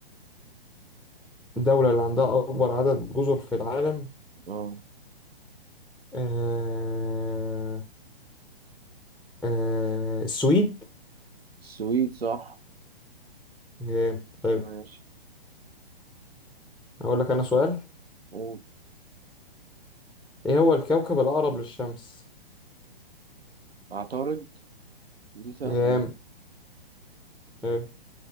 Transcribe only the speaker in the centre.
الدولة اللي عندها أكبر عدد جزر في العالم
آه... آه... السويد
جامد طيب
أقول لك أنا سؤال
إيه هو الكوكب الأقرب للشمس؟
جامد
طيب